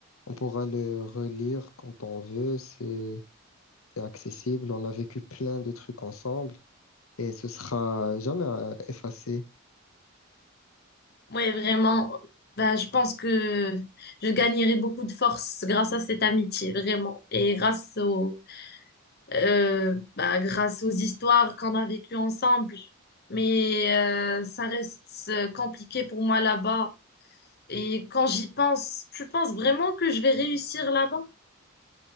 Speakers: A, on the left (about 80°); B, on the left (about 50°).
A: On pourra le relire quand on veut. C'est, c'est accessible. On a vécu plein de trucs ensemble et ce sera jamais euh, effacé.
B: Oui, vraiment, bah, je pense que je gagnerai beaucoup de force grâce à cette amitié, vraiment, et grâce au, euh, bah, grâce aux histoires qu'on a vécues ensemble. Mais euh, ça reste euh, compliqué pour moi là-bas. Et quand j'y pense, tu penses vraiment que je vais réussir là-bas?